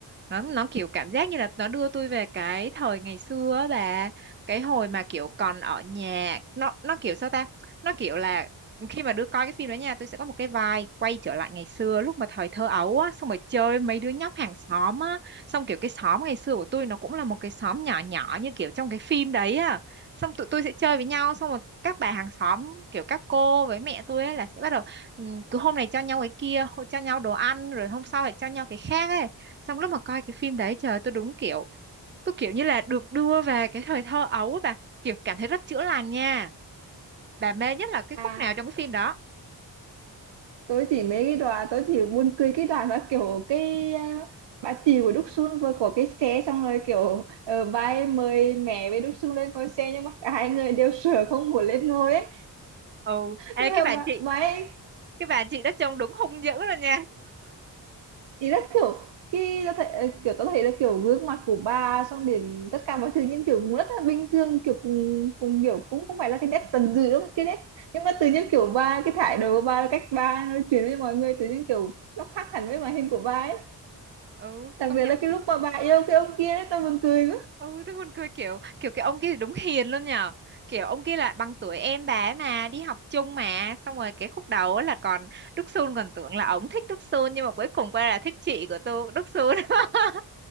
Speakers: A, on the right (about 25°); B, on the right (about 75°).
A: nó nó kiểu cảm giác như là nó đưa tôi về cái thời ngày xưa á bà cái hồi mà kiểu còn ở nhà nó nó kiểu sao ta nó kiểu là khi mà đứa coi cái phim đó nha tôi sẽ có một cái vibe quay trở lại ngày xưa lúc mà thời thơ ấu á xong rồi chơi mấy đứa nhóc hàng xóm á xong kiểu cái xóm ngày xưa của tôi nó cũng là một cái xóm nhỏ nhỏ như kiểu trong cái phim đấy á xong tụi tôi sẽ chơi với nhau xong rồi các bà hàng xóm kiểu các cô với mẹ tôi á là sẽ bắt đầu ừ, cứ hôm này cho nhau cái kia hôm- cho nhau đồ ăn rồi hôm sau lại cho nhau cái khác ấy xong lúc mà coi cái phim đấy trời ơi, tôi đúng kiểu tôi kiểu như là được đưa về cái thời thơ ấu á bà kiểu cảm thấy rất chữa lành nha bà mê nhất là cái khúc
B: à
A: nào trong cái phim đó
B: tôi chỉ mấy cái đoạn tôi chỉ buồn cười cái đoạn mà kiểu cái à, bà chị của Đúc Sun vừa có cái xe xong rồi kiểu ờ, bà ấy mời mẹ với Đúc Sun lên coi xe nhưng mà cả hai người đều sợ không muốn lên ngồi ấy
A: ừ ê
B: tức
A: cái
B: là
A: bà
B: mà,
A: chị
B: mà ấy,
A: cái bà chị đó trông đúng hung dữ luôn nha
B: ý là kiểu khi ta thấy kiểu ta thấy là kiểu gương mặt của bà xong đến tất cả mọi thứ những kiểu cũng rất là bình thường kiểu cùng cùng kiểu cũng không phải là cái nét dần dữ đâu cái nét nhưng mà tự nhiên kiểu bà cái thái độ của bà cách bà nói chuyện với mọi người tự nhiên kiểu nó khác hẳn với màn hình của bà ấy
A: ừ
B: đặc
A: công
B: biệt
A: nhận
B: là cái lúc mà bà yêu cái ông kia đấy tao buồn cười
A: ừ tôi buồn cười kiểu kiểu cái ông kia đúng hiền luôn nhờ kiểu ông kia là bằng tuổi em bà ấy mà đi học chung mà xong rồi cái khúc đầu á là còn Đức Sun còn tưởng là ổng thích Đức Sun nhưng mà cuối cùng quay là thích chị của tôi Đức Sun <laughs>